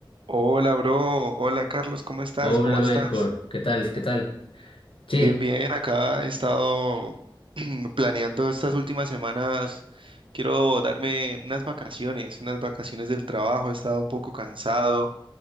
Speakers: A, on the right; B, on the left.
A: Hola, bro. Hola, Carlos. ¿Cómo estás?
B: Hola
A: ¿Cómo estás?
B: Michael, ¿qué tal? ¿Qué tal? Che,
A: Bien, bien. Acá he estado <clears throat> planeando estas últimas semanas. Quiero darme unas vacaciones, unas vacaciones del trabajo. He estado un poco cansado